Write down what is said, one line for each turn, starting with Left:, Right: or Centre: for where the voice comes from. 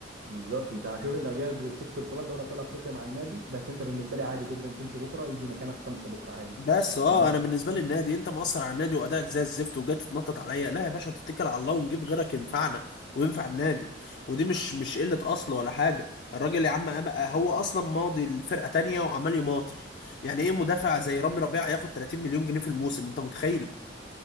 Right: بالظبط انت شوف انت جايب ست بطولات دوري ابطال افريقيا مع النادي بس انت بالنسبه لي عادي جدا تمشي بكره يجي مكانك خمسه بكره عادي
Left: بس اه
Right: ما عند-
Left: انا بالنسبه لي النادي انت مأثر على النادي وادائك زي الزفت وجاي تتنطط عليا لا يا باشا تتكل على الله ونجيب غيرك ينفعنا وينفع النادي ودي مش مش قله اصل ولا حاجه الراجل يا عم أب- هو اصلا ماضي لفرقه تانية وعمال يماطر يعني ايه مدافع زي رامي ربيعه ياخد 30 مليون جنيه في الموسم انت متخيل